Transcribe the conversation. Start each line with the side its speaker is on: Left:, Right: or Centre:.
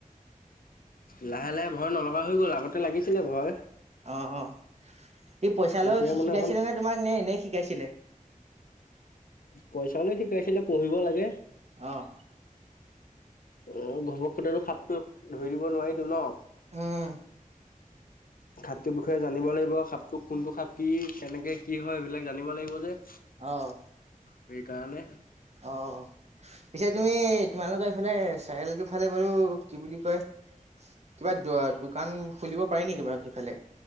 Left: লাহে লাহে ভয় নলগা হৈ গ'ল আগতে লাগিছিলে ভয়।
Right: অ অ ই পইচা লৈ
Left: এতিয়া মানে
Right: শিকাইছিলে নে তোমাক নে এনেই শিকাইছিলে?
Left: পইচা লৈ শিকাইছিলে পঢ়িব লাগে।
Right: অহ।
Left: অ ঘপককেইটো সাপটো ধৰি দিব নোৱাৰিলো ন।
Right: উম।
Left: সাপটোৰ বিষয়ে জানিব লাগিব, সাপটো কোনটো সাপ কি, কেনেকে, কি হয় সেইবিলাক জানিব লাগিব যে।
Right: অহ।
Left: সেইকাৰণে
Right: অ, পিছে তুমি তোমালোকৰ এইফালে চাৰি আলিটো ফালে বাৰু কি বুলি কয় কিবা দ দোকান খুলিব পায় নেকি বাৰু সিফালে,